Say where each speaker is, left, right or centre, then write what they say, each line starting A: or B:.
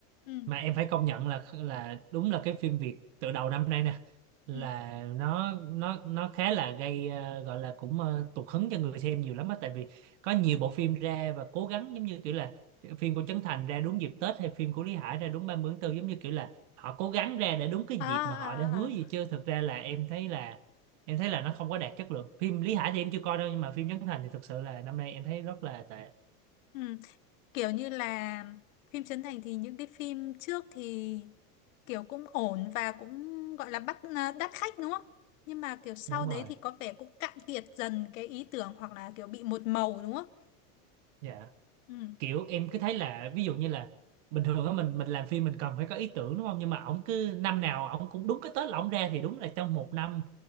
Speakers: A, on the left; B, on the right.
A: Ừ
B: mà em phải công nhận là là đúng là cái phim Việt từ đầu năm nay nè là
A: ừ.
B: nó nó nó khá là gây ờ, gọi là cũng ờ, tụt hứng cho người xem nhiều lắm á tại vì có nhiều bộ phim ra và cố gắng giống như kiểu là phim của Trấn Thành ra đúng dịp Tết hay phim của Lý Hải ra đúng 30 tháng 4 giống như kiểu là họ cố gắng ra để đúng cái
A: À à
B: dịp mà họ đã hứa
A: à.
B: gì chứ thực ra là em thấy là em thấy là nó không có đạt chất lượng phim Lý Hải thì em chưa coi đâu nhưng mà phim Trấn Thành thì thực sự là năm nay em thấy rất là tệ
A: Ừ. kiểu như là phim Trấn Thành thì những cái phim trước thì kiểu cũng ổn và cũng gọi là bắt à, đắt khách đúng không? Nhưng mà kiểu sau
B: đúng rồi
A: đấy thì có vẻ cũng cạn kiệt dần cái ý tưởng hoặc là kiểu bị một màu đúng không?
B: dạ
A: Ừ.
B: kiểu em cứ thấy là ví dụ như là bình thường á mình mình làm phim mình cần phải có ý tưởng đúng không nhưng mà ổng cứ năm nào ổng cũng đúng cái Tết là ổng ra thì đúng là trong một năm